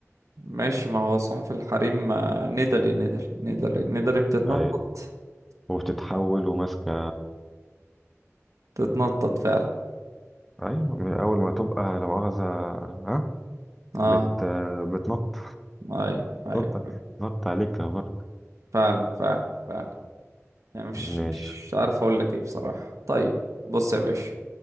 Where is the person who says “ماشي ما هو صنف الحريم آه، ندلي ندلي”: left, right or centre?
Right